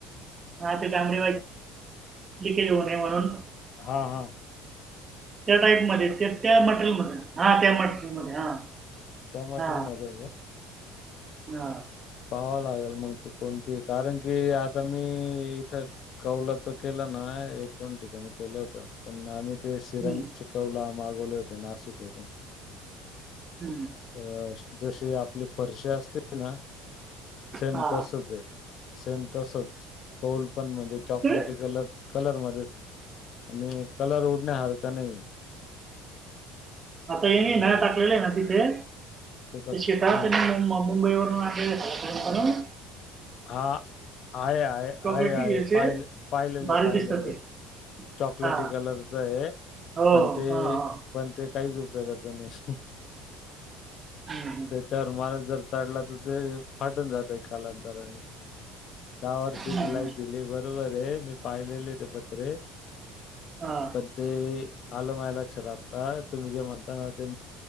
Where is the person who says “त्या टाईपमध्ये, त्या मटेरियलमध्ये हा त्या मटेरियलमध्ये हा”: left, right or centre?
Right